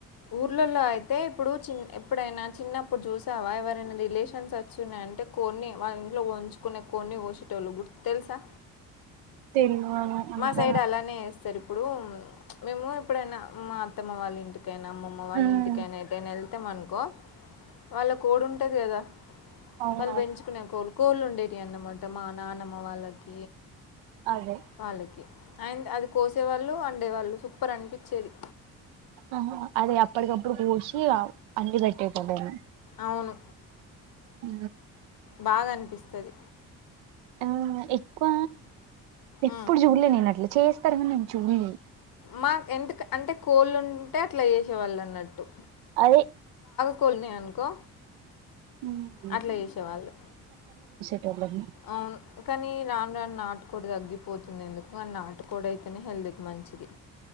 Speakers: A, on the left; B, on the right.
A: ఊర్లలో అయితే ఇప్పుడు చి ఎప్పుడైనా చిన్నప్పుడు చూసావా ఎవరైనా రిలేషన్స్ ఓచ్చిన్నాయంటే కోడ్నీ మనింట్లో ఉంచుకునే కోడ్నీ కొసేటోళ్ళు గుర్ తెలుసా
B: తెలు అంత
A: మా సైడ్ అలానే ఏస్తారు ఇప్పుడు మేము ఇప్పుడైనా మా అత్తమ్మ వాళ్ళ ఇంటి కైనా అమ్మమ్మ వాళ్ళ
B: ఉమ్
A: ఇంటికైనా ఏటైనా ఎళ్తమనుకో వాళ్ళ కోడి ఉంటది కదా
B: అవునవును
A: వాళ్ళు పెంచుకునే కోళ్ళు కోళ్ళు ఉండేటియి అన్నమాట మా నానమ్మ వాళ్ళకి
B: అవే
A: వాళ్ళకి అంద్ అది కోసేవాళ్ళు వండేవాళ్ళు సూపర్ అనిపించేది
B: ఆహా అదే అప్పటికప్పుడు కోసిగ అండి పెట్టేటోళ్ళేను
A: అవును
B: ఉ
A: బాగా అనిపిస్తది
B: ఆ ఎక్కువ ఎప్పుడు
A: ఉమ్.
B: చూడలే నేను అట్లా చేస్తారు కన్ నేన్ చూడ్లే
A: మాకేంటక్ అంటే కోళ్ళు ఉంటే అట్లా చేసేవాళ్ళన్నట్టు
B: అది
A: కోల్ని అనుకో
B: ఉమ్
A: అట్లా చేసేవాళ్ళు
B: యమ్మది
A: అవును. కానీ రాన్ రాన్ నాటు కోడి తగ్గిపోతుంది ఎందుకు అ నాటకోడయితేనే హెల్త్కి మంచిది